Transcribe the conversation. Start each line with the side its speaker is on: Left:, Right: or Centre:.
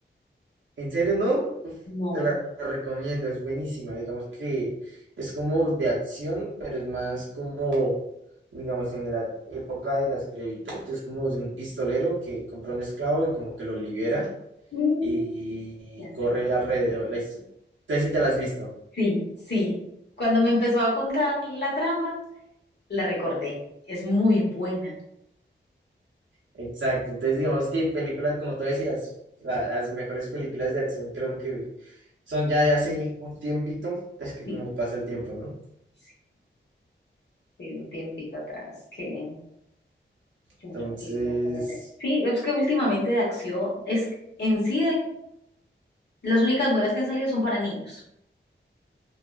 Right: ¿En serio no? Uf,
Left: no.
Right: te la recomiendo, es buenísima. Digamos que es como de acción, pero es más como, digamos, en la época de la esclavitud, es como de un pistolero que compra un esclavo y como que lo libera
Left: Mm,
Right: y
Left: ya sé.
Right: corre alrededor. La histo- Entonces si te la has visto.
Left: Sí, sí. Cuando me empezó a contar la trama, la recordé. Es muy buena.
Right: Exacto. Entonces digamos que películas, como tú decías, la- las mejores películas de acción creo que son ya de hace un tiempito. Es que
Left: Sí,
Right: como pasa el tiempo, ¿no?
Left: sí. sí, un tiempito atrás que, que
Right: Entonces,
Left: otras películas buenas de- Sí, es que últimamente de acción, es que en sí de- las únicas buenas que han salido son para niños.